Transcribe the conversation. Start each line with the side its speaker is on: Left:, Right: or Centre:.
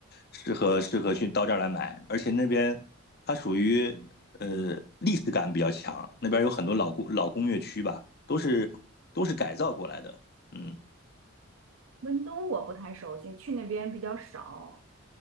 Left: 适合适合去到这儿来买，而且那边它属于呃历史感比较强，那边有很多老工老工业区吧，都是都是改造过来的，嗯
Right: 温东我不太熟悉，去那边比较少。